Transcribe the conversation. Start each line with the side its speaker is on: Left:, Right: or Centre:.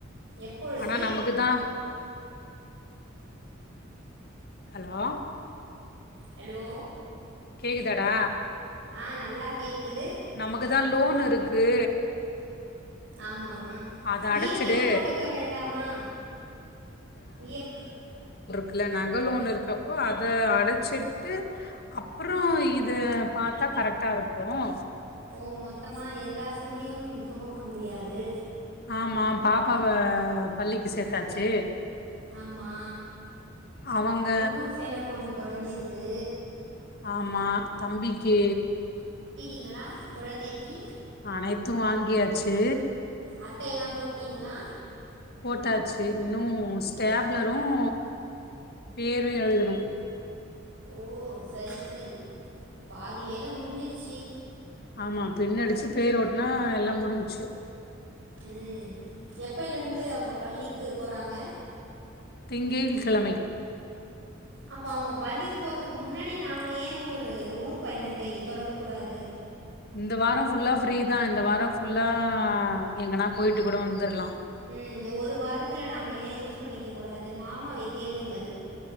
Right: எப்பொழுது
Left: ஆனா நமக்குதான் ஹலோ
Right: அலோ
Left: கேக்குதாடா
Right: ஆ நல்லா கேக்குது
Left: நமக்குதான் லோன் இருக்கு
Right: ஆமா
Left: அத அடைச்சிடு
Right: இ எம் ஐ ல போட்டுக்க வேண்டாமா இ எம்
Left: குல்ல நக லோன் இருக்கப்போ அத அடைச்சிட்டு அப்புறம் இத பாத்தா கரெக்டா இருக்கும்
Right: அப்போ மொத்தமா எல்லா சுமையும் சுமக்க முடியாது
Left: ஆமாம் பாப்பாவ பள்ளிக்கு சேத்தாச்சு
Right: ஆமா
Left: அவங்க
Right: புது செலவு ஒண்ணு தொடங்கிருக்கு
Left: ஆம் மா தம்பிக்கி
Right: எல்லா குழந்தைக்கி
Left: அனைத்தும் வாங்கியாச்சு
Right: அட்டையெல்லாம் போட்டிங்களா
Left: போட்டாச்சு இன்னும் ஸ்டாப் ஸ்டாப்லரும் பேரு எழுதுனும்
Right: ஓ சரி சரி பாதி வேலை முடிஞ்சிருச்சு
Left: ஆமா பின்னடிச்சு பேர் ஓட்டுனா எல்லாம் முடிஞ்ச்சு
Right: ம் எப்பைலருந்து அவுங்க பள்ளிக்கு போறாங்க
Left: திங்கள் கிழமை
Right: அப்ப அவுங்க பள்ளிக்கு போறதுக்கு முன்னாடி நாம ஏன் ஒரு ஊர் பயணத்தை தொடங்க கூடாது
Left: இந்த வாரோ ஃபுல்லா ஃப்ரீ தா இந்த வாரோ ஃபுல்லா எங்கனா போயிட்டு கூட வந்துரலா
Right: ம் இந்த ஒரு வாரத்தில் நம்ம ஏன் யூஸ் பண்ணிக்க கூடாது மாமாவை கேளுங்கள்